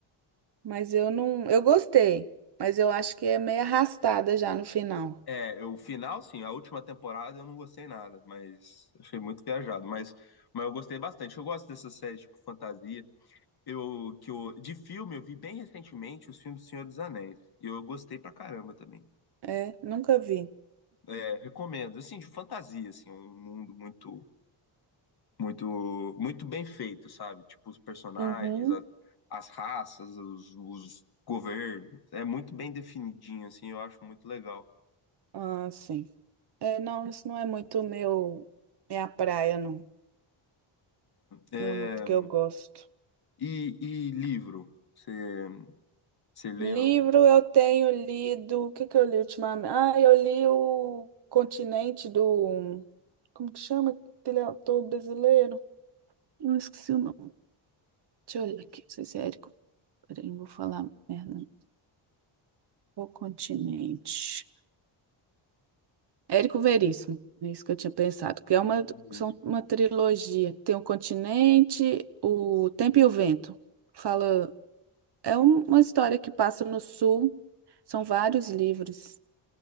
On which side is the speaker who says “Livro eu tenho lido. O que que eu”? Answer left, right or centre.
Right